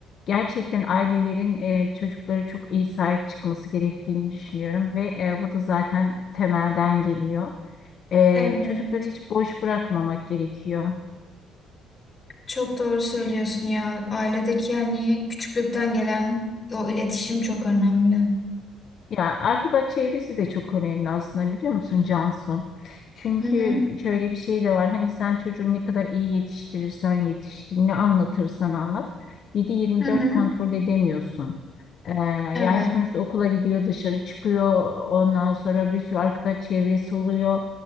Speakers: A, on the left; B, on the left.
A: Gerçekten ailelerin e, çocuklara çok iyi sahip çıkması gerektiğini düşünüyorum ve e, bu da zaten temelden geliyor. Ee,
B: Evet.
A: çocukları hiç boş bırakmamak gerekiyor.
B: Çok doğru söylüyorsun ya. Ailedeki yani küçüklükten gelen o iletişim çok önemli.
A: Ya arkadaş çevresi de çok önemli aslında biliyor musun Cansu? Çünkü
B: Hı hı.
A: şöyle bir şey de var. Hani sen çocuğu ne kadar iyi yetiştirirsen yetiştir, ne anlatırsan anlat. 7-24
B: Hı hı.
A: kontrol edemiyorsun. Ee,
B: Evet.
A: yani sonuçta okula gidiyor, dışarı çıkıyor. Ondan sonra bir sürü arkadaş çevresi oluyor.